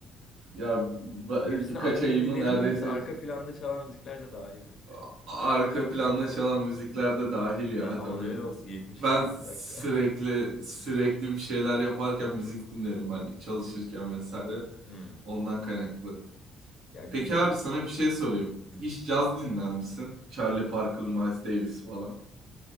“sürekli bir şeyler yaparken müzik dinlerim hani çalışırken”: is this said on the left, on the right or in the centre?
Right